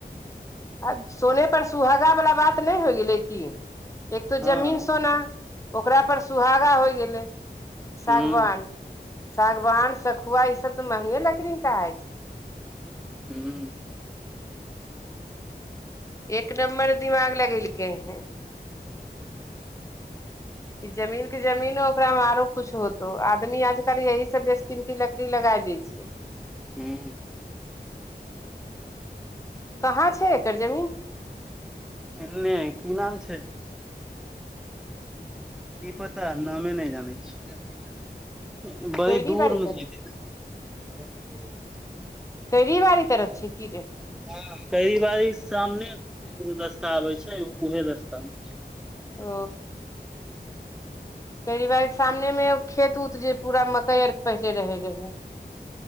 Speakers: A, on the left; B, in the centre.
A: आ सोने पर सुहागा वाला बात नहि होय गेलै की एक तो
B: हँ
A: जमीन सोना ओकरा पर सुहागा होय गेलै सागवान
B: ह
A: सागवान सखुआ ई सब तऽ महंगे लकड़ी न कहाइ छै
B: हूंम्म
A: एक नम्बर दिमाग लगेलकेै हैं ई जमीन के जमीनो ओकरा मे आरो कुछ होतो आदमी आजकल यही सब बेसकीमती लकड़ी लगाय दे छै
B: हूंम्म
A: कहाँ छै एकर जमीन
B: एने की नाम छै की पता नामे नहि जानै छियै बड़ी
A: कैरी
B: दूर
A: बाड़ी
B: मे
A: तरफ
B: छै के छै <inaudible>
A: करीवारी तरफ छै की रे
B: हूंम्म करिबारी सामने एगो रस्ता आबै छै उहे रस्ता मे छै
A: ओ करीबारी के सामने मे खेत उत जे पूरा मकइ आर के पहिले रहै रहै